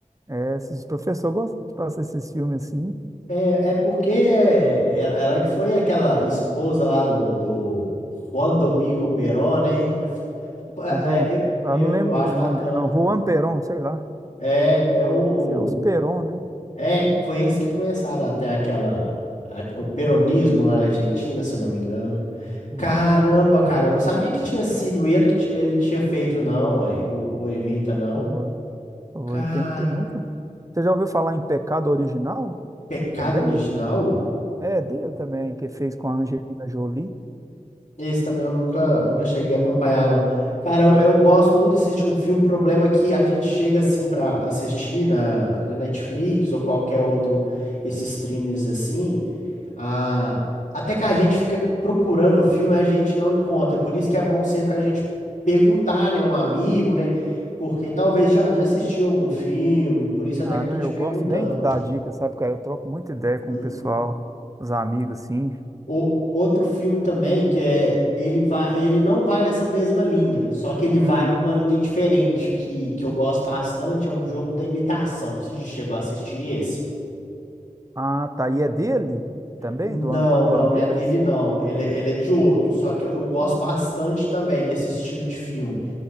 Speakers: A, on the right; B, on the left.
A: É, esses professores gostam de passar esses filmes assim.
B: É, é porque é, ela, ela que foi aquela esposa lá do, do Juan Domingo Perón, né? É f-
A: É, é do.
B: é- é- eu,
A: Eu não lembro
B: eu, eu acho
A: do
B: bacana.
A: nome dele, não. Juan Perón, sei lá.
B: É, é o,
A: É os
B: o-
A: Perón, né?
B: É, foi eles que começaram até aquela. a- o peronismo lá na Argentina, se eu não me engano.
A: Isso.
B: Caramba, cara, eu não sabia que tinha sido ele que ti- ele tinha feito, não, ué, o, o Evita, não.
A: Foi. Foi.
B: Caramba,
A: Tem, tem muito. Você já ouviu falar em Pecado Original
B: pecado
A: também?
B: original?
A: É dele também, que fez com a Angelina Jolie.
B: Esse também eu nunca, nunca cheguei a acompanhar, não. Cara, eu eu gosto muito de assistir um filme. Problema é que a gente chega assim pra assistir na, na Netflix ou qualquer outro, esses streams assim. A... Até que a gente fica procurando o filme, a gente não encontra. Por isso que é bom sempre a gente perguntar, né, um amigo, né? Porque talvez já, já assistiu algum filme, por isso até
A: Ah,
B: que eu
A: não,
B: tô te
A: eu
B: perguntando.
A: gosto bem de dar dicas, sabe, cara? Eu troco muita ideia com
B: Uhum.
A: o pessoal, os amigos, assim.
B: O outro filme também que é ele vai, ele não vai nessa mesma linha, só que ele vai
A: Hum.
B: numa linha diferente que, que eu gosto bastante, é o Jogo da Imitação. Você já chegou a assistir esse?
A: Ah, tá. E é dele também,
B: Não,
A: do Antônio
B: não,
A: Bandeiras?
B: não é dele não. Ele, é- ele é de outro, só que eu, eu gosto
A: Ó.
B: bastante também desse estilo de filme.